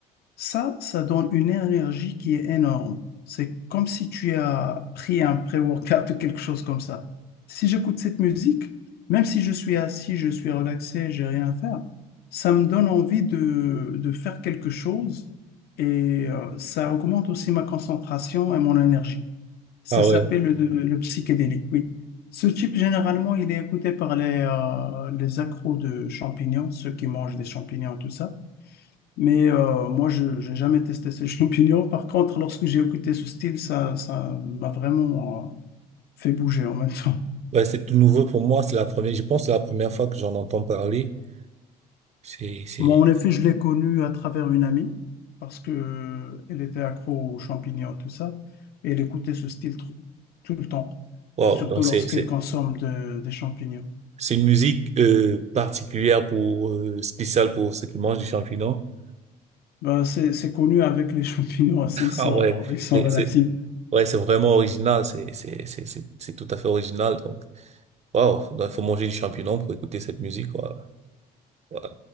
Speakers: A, on the left; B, on the right.
A: ça, ça donne une énergie qui est énorme. C'est comme si tu as pris un pré-workout ou quelque chose comme ça. Si j'écoute cette musique, même si je suis assis, je suis relaxé, j'ai rien à faire, ça me donne envie de, de faire quelque chose et euh, ça augmente aussi ma concentration et mon énergie. Ça
B: Ah
A: s'appelle
B: ouais.
A: le, le psychédélique, oui. Ce type, généralement, il est écouté par les, euh, les accros de champignons, ceux qui mangent des champignons, tout ça. Mais euh, moi, je n'ai jamais testé ces <laughs> champignons. Par contre, lorsque j'ai écouté ce style, ça, ça m'a vraiment euh, fait bouger en même temps.
B: Ouais, c'est tout nouveau pour moi. C'est la première, je pense que c'est la première fois que j'en entends parler. C'est, c'est,
A: Moi, en effet, je l'ai connu à travers une amie parce que elle était accro aux champignons, tout ça. Et elle écoutait ce style tr- tout le temps,
B: wow,
A: surtout
B: non, c'est,
A: lorsqu'elle
B: c'est,
A: consomme de- des champignons.
B: C'est une musique euh, particulière pour euh, spéciale pour ceux qui mangent des champignons. <laughs>
A: Ben, c'est, c'est connu avec les champignons, <laughs> ils sont,
B: Ah ouais,
A: ils sont
B: c'est
A: relatifs.
B: c'est- ouais, c'est vraiment original, c'est c'est c'est c'est c'est tout à fait original donc. Waouh, il faut manger du champignon pour écouter cette musique quoi. Voilà.